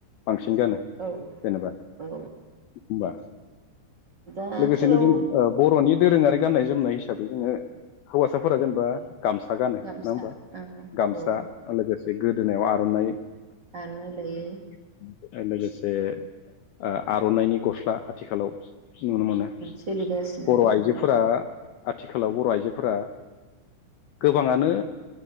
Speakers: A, on the left; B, on the right.
A: बांसिन गानो
B: औ
A: जेनेबा
B: औ
A: होनबा
B: दा
A: लोगोसेनो
B: आथिखालाव
A: जों ओ बर'नि दोरोङारि गाननाय जोमनाय हिसाबै जोङो हौवासाफोरा जेनेबा गामसा गानो
B: गामसा
A: नङा होमबा
B: औ
A: गामसा लोगोसे बे गोदोनायाव आर'नाइ
B: आर'नाइ लायो
A: <unintelligible> जे आ-आरनाइनि गस्ला आथिखालाव नुनो मोनो
B: सोलिगासिनो
A: बर' आइजोफोरा
B: औ
A: आथिखालाव बर' आइजोफोरा गोबाङानो